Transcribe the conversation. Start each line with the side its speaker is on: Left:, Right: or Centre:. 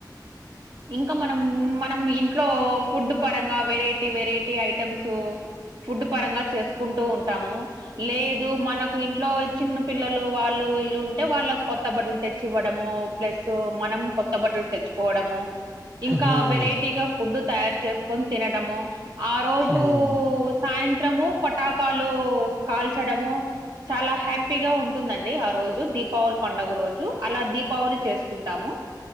Right: ఇంక మనం మనం ఇంట్లో ఫుడ్ పరంగా వెరైటీ వెరైటీ ఐటమ్సు ఫుడ్ పరంగా చేసుకుంటూ ఉంటాము లేదు మనకు ఇంట్లో చిన్న పిల్లలు వాళ్ళు వీళ్ళు ఉంటే వాళ్ళక్ కొత్త బట్టలు తెచ్చి ఇవ్వడము ప్లస్సూ మనం కొత్త బట్టలు తెచ్చుకోవడము ఇంకా
Centre: హ్మ్
Right: వెరైటీగా ఫుడ్ తయారు చేసుకొని తినడము ఆ రోజూ
Centre: హ్మ్ హ్మ్
Right: సాయంత్రము పటాకాలు కాల్చడము చాలా హ్యాపీగా ఉంటుందండి ఆ రోజు దీపావళి పండగ రోజు అలా దీపావళి చేసుకుంటాము.